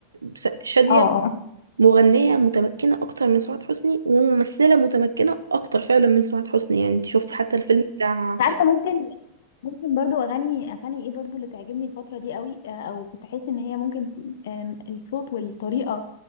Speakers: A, on the right; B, on the left.
A: فشاديه
B: اه اه أنت
A: مغنية متمكنة أكتر من سعاد حسني وممثلة متمكنة أكتر فعلا من سعاد حسني يعني انت شفت حتى الفيلم بتاع
B: عارفه ممكن ممكن برضو اغاني اغاني ايه برضو اللي تعجبني الفتره دي قوي آه، او كنت احس ان هي ممكن آم، الصوت والطريقه